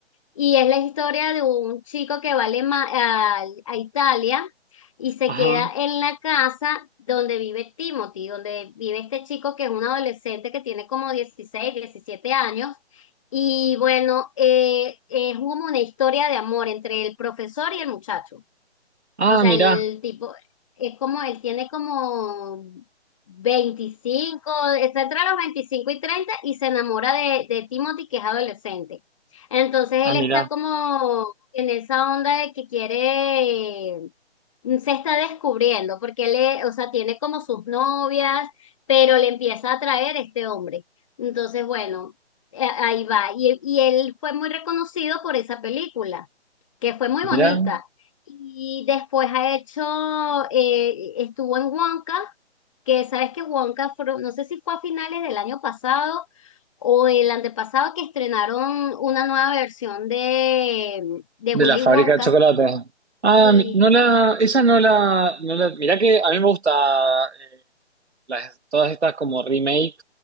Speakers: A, on the left (about 30°); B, on the right (about 70°).
A: y es la historia de un chico que va a Alema- a a Italia y se
B: ajá.
A: queda en la casa donde vive Timothy, donde vive este chico que es un adolescente que tiene como 16, 17 años. Y bueno, eh, es como una historia de amor entre el profesor y el muchacho.
B: Ah,
A: O sea,
B: mira,
A: el tipo es como, él tiene como veinticinco está entre los 25 y 30 y se enamora de, de Timothy, que es adolescente. Entonces
B: ah,
A: él
B: mira,
A: está como en esa onda de que quiere, mm, se está descubriendo, porque él, es- o sea, tiene como sus novias, pero le empieza a atraer este hombre. Entonces, bueno, eh, ahí va. Y, y él fue muy reconocido por esa película, que fue muy
B: mira.
A: bonita. Y después ha hecho, eh, estuvo en Wonka, que sabes que Wonka, fue- no sé si fue a finales del año pasado o el antepasado que estrenaron una nueva versión de, de
B: De
A: Willy
B: la fábrica
A: Wonka
B: de chocolate. Ah,
A: y
B: mi- no la, esa no la, no la- mirá que a mí me gusta eh, las, todas estas como remake